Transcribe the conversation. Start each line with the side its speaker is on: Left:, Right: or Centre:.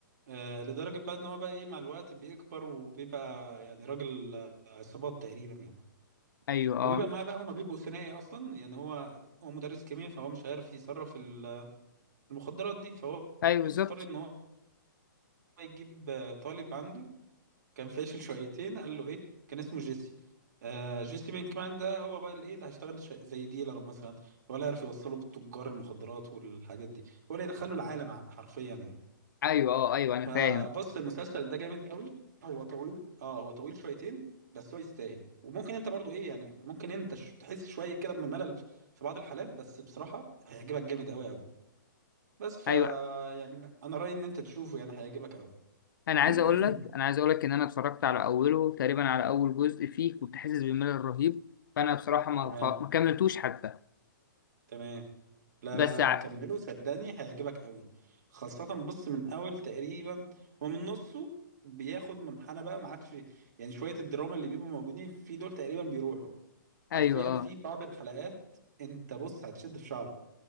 Right: آه لدرجة بقى ان هو بقى ايه مع الوقت بيكبر وبيبقى يعني راجل آه، عصابات تقريبا يعني
Left: ايوه اه
Right: وبيبقى معاه بقى هما بيبقوا ثنائي اصلا يعني هو هو مدرس كيمياء فهو مش عارف يصرف ال- المخدرات دي فهو
Left: ايوه بالظبط
Right: بيضطر ان هو يجيب آه، طالب عنده كان فاشل شويتين قال له ايه كان اسمه جيسي آه جيسي بينكمان ده هو بقى الايه اللي هيشتغل ش- زي ديلر مثلا ولا عارف يوصله بالتجار المخدرات والحاجات دي ولا يدخله العالم ع- حرفيا يعني
Left: ايوه اه ايوه انا
Right: فبص
Left: فاهم
Right: المسلسل ده جامد قوي هو طويل اه هو طويل شويتين بس هو يستاهل وممكن انت برضو ايه يعني ممكن انت ش- تحس شويه كده بملل في بعض الحالات بس بصراحه هيعجبك جامد قوي قوي بس ف
Left: ايوه
Right: يعني انا رايي ان انت تشوفه يعني هيعجبك قوي
Left: انا عايز
Right: <coughs>
Left: اقول لك انا عايز اقول لك ان انا اتفرجت على اوله تقريبا على اول جزء فيه كنت حاسس بملل رهيب فانا بصراحه
Right: <clears throat>
Left: ما
Right: تمام
Left: ف... ما كملتوش حتى
Right: تمام لا
Left: بس
Right: لا
Left: ع...
Right: لا كمله صدقني هيعجبك قوي خاصة بص من أول تقريبا هو من نصه بياخد منحنى بقى ما عادش يعني شوية الدراما اللي بيبقوا موجودين في دول تقريبا بيروحوا
Left: ايوه
Right: حرفيا
Left: اه
Right: في بعض الحلقات أنت بص هتشد في شعرك